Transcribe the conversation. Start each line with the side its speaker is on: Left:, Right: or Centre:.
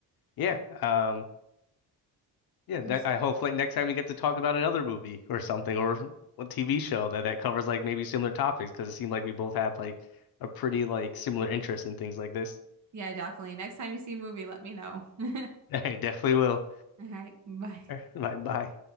Left: yeah. Um yeah,
Right: It
Left: that,
Right: was
Left: I hope like next time we get to talk about another movie or something or a TV show that that covers like maybe similar topics because it seemed like we both have like a pretty like similar interest in things like this.
Right: yeah, definitely. Next time you see a movie, let me know. <laughs>
Left: <laughs> I definitely will.
Right: All right, bye.
Left: <laughs> Bye bye.